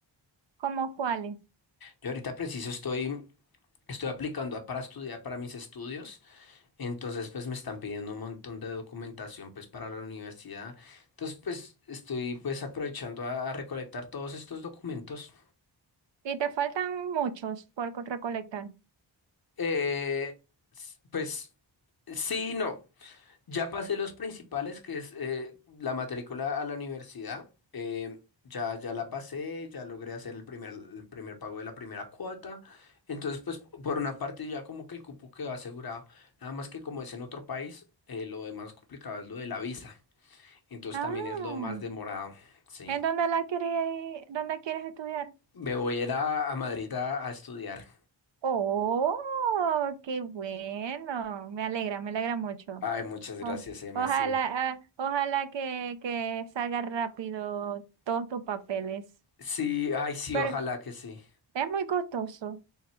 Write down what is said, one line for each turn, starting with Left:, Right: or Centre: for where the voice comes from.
Right: como cuáles.
Left: Yo ahorita preciso estoy, estoy aplicando a- para estudiar para mis estudios, entonces pues me están pidiendo un montón de documentación pues para la universidad. Entonces pues estoy pues aprovechando a, a recolectar todos estos documentos.
Right: Y te faltan muchos por co- recolectar.
Left: Eh, s- pues sí, y no. Ya pasé los principales, que es eh, la matrícula a la universidad. eh, ya, ya la pasé, ya logré hacer el primer, el primer pago de la primera cuota. Entonces, pues por una parte ya como que el cupo quedó asegurado. Nada más que como es en otro país, eh, lo de más complicado es lo de la visa. Entonces
Right: Ah,
Left: también es lo más demorado. Sí.
Right: ¿en dónde la quieres, dónde quieres estudiar?
Left: Me voy a ir a, a Madrid a, a estudiar.
Right: Oh, qué bueno. Me alegra, me alegra mucho.
Left: Ay, muchas gracias,
Right: O-
Left: Emma.
Right: ojalá,
Left: Sí.
Right: ah, ojalá que, que salga rápido todos tus papeles.
Left: Sí, ay, sí,
Right: Pero
Left: ojalá que sí.
Right: es muy costoso.